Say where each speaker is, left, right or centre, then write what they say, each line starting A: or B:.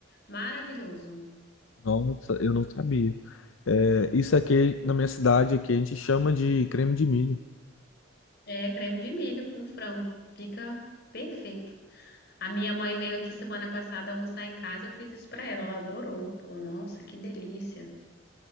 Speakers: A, on the left; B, on the left.
A: Maravilhoso.
B: Nossa, eu não sabia. É, isso aqui na minha cidade aqui a gente chama de creme de milho.
A: É creme de milho com frango. Fica perfeito. A minha mãe veio aqui semana passada almoçar em casa, eu fiz isso pra ela, ela adorou. Falou, nossa, que delícia.